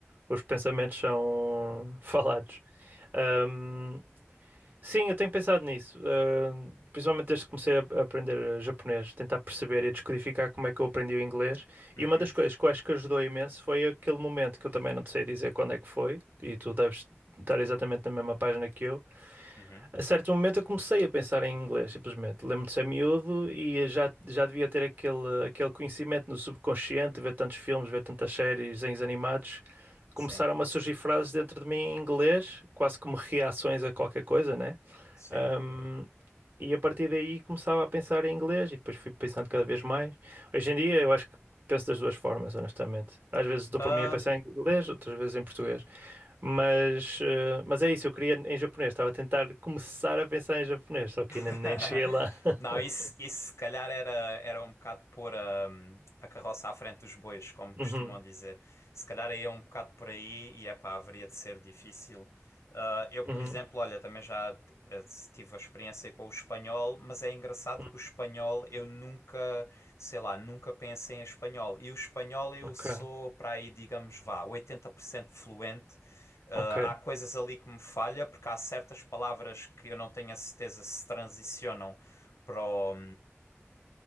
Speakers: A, on the right; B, on the left.
A: os pensamentos são <laughs> falados. Ahm, sim, eu tenho pensado nisso. ahm, principalmente desde que comecei a, a aprender japonês, tentar perceber e descodificar como é que eu aprendi o inglês.
B: Uhum,
A: E uma das coisas que eu acho que ajudou imenso foi aquele momento que eu também não te sei dizer quando é que foi, e tu deves estar exatamente na mesma página que eu,
B: uhum,
A: a certo momento eu comecei a pensar em inglês, simplesmente. Lembro de ser miúdo e já, já devia ter aquele, aquele conhecimento no subconsciente, ver tantos filmes, ver tantas séries, desenhos animados.
B: sim,
A: Começaram a surgir frases dentro de mim em inglês, quase como reações a qualquer coisa, né?
B: sim.
A: Ahm, e a partir daí começava a pensar em inglês e depois fui pensando cada vez mais. Hoje em dia eu acho que penso das duas formas, honestamente. Às vezes dou
B: Ah,
A: por mim a pensar em inglês, outras vezes em português. Mas, eh, mas é isso, eu queria em japonês, estava a tentar começar a pensar em japonês, só que
B: <laughs>
A: ainda nem cheguei lá. <laughs>
B: Não, isso, isso se calhar era, era um bocado pôr a, a carroça à frente dos bois, como costumam
A: Uhum,
B: dizer. Se calhar aí é um bocado por aí e é pá, haveria de ser difícil. Ah, eu, por
A: uhum,
B: exemplo, olha, também já eh, tive a experiência com o espanhol, mas é engraçado
A: uhum,
B: que o espanhol eu nunca, sei lá, nunca pensei em espanhol. E o espanhol eu
A: ok,
B: sou para aí, digamos, vá, 80% fluente. Uh,
A: ok,
B: há coisas ali que me falha, porque há certas palavras que eu não tenho a certeza se transicionam para o,